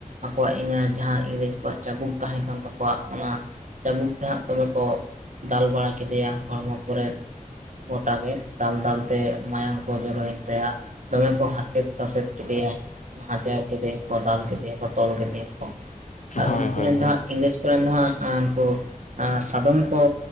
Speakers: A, on the right; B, on the left.
A: ᱟᱠᱚᱣᱟᱜ ᱤᱧᱟᱜ ᱡᱟᱦᱟᱸ ᱤᱝᱨᱮᱡᱽ ᱠᱚᱣᱟᱜ ᱪᱟᱵᱩᱠ ᱛᱟᱦᱮᱸ ᱠᱟᱱ ᱛᱟᱠᱚᱣᱟ ᱚᱱᱟ ᱡᱟᱹᱵᱩᱠ ᱛᱮ ᱦᱟᱸᱜ ᱫᱚᱢᱮ ᱠᱚ ᱫᱟᱞ ᱵᱟᱲᱟ ᱠᱮᱫᱮᱭᱟ ᱦᱚᱲᱢᱚ ᱠᱚᱨᱮᱫ ᱾ ᱜᱚᱴᱟ ᱜᱮ ᱫᱟᱞ ᱫᱟᱞ ᱛᱮ ᱢᱟᱭᱟᱢ ᱠᱚ ᱡᱚᱨᱚᱭᱮᱫ ᱛᱟᱭᱟ, ᱫᱚᱢᱮ ᱠᱚ ᱦᱟᱨᱠᱮᱛ ᱥᱟᱥᱮᱛ ᱠᱮᱫᱮᱭᱟ ᱾ ᱵᱷᱟᱡᱟ ᱠᱮᱫᱮᱭᱟ ᱠᱚ ᱫᱟᱞ ᱠᱮᱫᱮᱭᱟ ᱠᱚ ᱛᱚᱞ ᱠᱮᱫᱮᱭᱟ ᱠᱚ, ᱟᱨ
B: ᱦᱳᱭ
A: ᱩᱱᱠᱩ
B: ᱦᱳᱭ
A: ᱨᱮᱱ
B: ᱦᱳᱭ
A: ᱫᱚ ᱦᱟᱸᱜ ᱤᱝᱨᱮᱡᱽ ᱠᱚᱨᱮᱱ ᱫᱚ ᱦᱟᱸᱜ ᱩᱱᱠᱩᱼᱼ ᱦᱟᱸ ᱥᱟᱫᱚᱢ ᱠᱚ